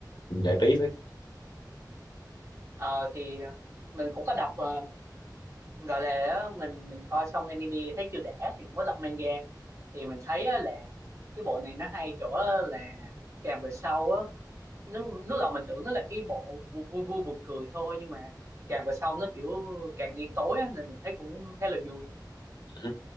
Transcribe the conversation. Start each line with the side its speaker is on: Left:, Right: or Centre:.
Left: cũng giải trí phết
Right: Ờ thì ờ, mình cũng có đọc ờ, gọi là á, mình mình coi xong anime thấy chưa đã thì cũng có đọc manga thì mình thấy á là cái bộ này nó hay chỗ á là càng về sau á nó, lúc đầu mình tưởng nó là cái bộ bu- vui vui buồn cười thôi nhưng mà càng về sau nó kiểu càng điên tối á, nên mình thấy cũng khá là vui
Left: <laughs>